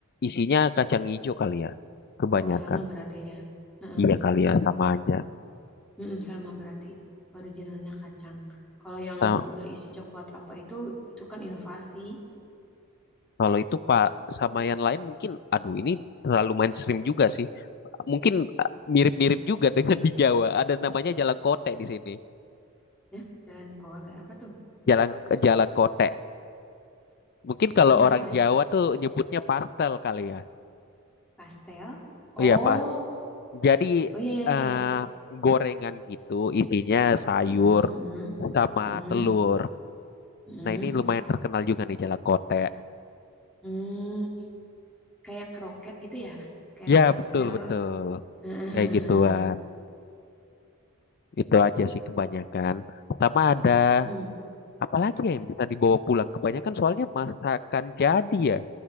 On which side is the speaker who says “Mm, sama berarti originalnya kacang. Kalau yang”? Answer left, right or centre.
Centre